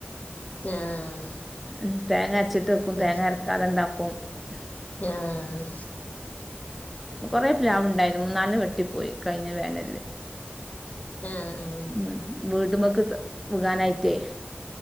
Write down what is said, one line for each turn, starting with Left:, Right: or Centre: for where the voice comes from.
Left: ആഹ്
Centre: ഉം തേങ്ങരച്ചിട്ട് എക്കും
Left: ചക്ക
Centre: തേങ്ങ അരക്കാതെ ഇണ്ടാക്കും <inaudible>
Left: ആഹ്
Centre: കുറേ പ്ലാവ്ണ്ടായിനു മൂന്നാലെണ്ണം വെട്ടിപ്പോയി കഴിഞ്ഞ വേനലില്
Left: ആഹ്
Centre: ഉം വീടുമ്മക്ക് ത് വുഗാനായിറ്റെ